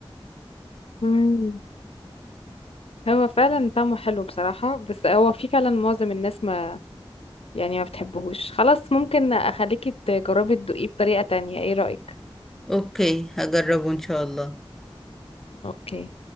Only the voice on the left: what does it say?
مم. هو فعلا طعمه حلو بصراحة بس هو في فعلا معظم الناس ما يعني ما بتحبهوش خلاص ممكن أخليكي تجربي تدوقيه بطريقة تانية إيه رأيك؟
أوكي